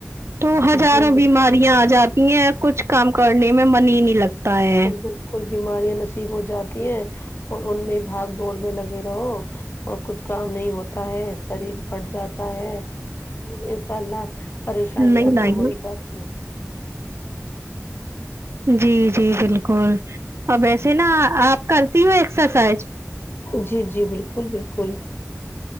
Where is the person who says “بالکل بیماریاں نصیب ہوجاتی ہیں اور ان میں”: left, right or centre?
Left